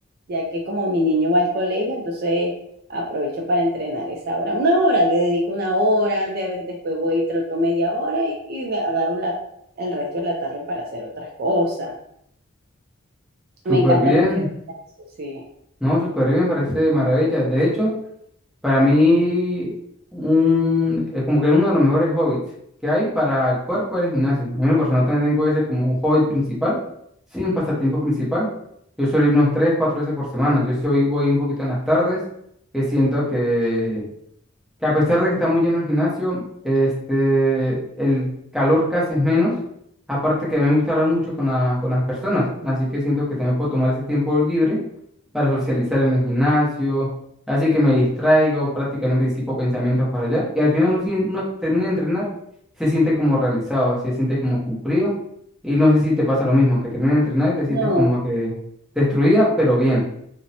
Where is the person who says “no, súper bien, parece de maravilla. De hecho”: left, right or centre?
Centre